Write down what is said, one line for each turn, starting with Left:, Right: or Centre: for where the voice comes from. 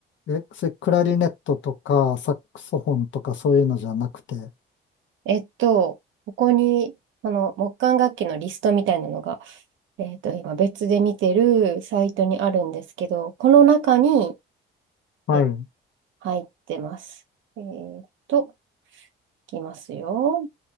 Left: え、それクラリネットとかサックスフォンとかそういうのじゃなくて、
Right: えっと、ここに、その木管楽器のリストみたいなのが、えっと、今別で見てるサイトにあるんですけど、この中に、
Left: はい。
Right: えっ入ってます。えーっと、いきますよ。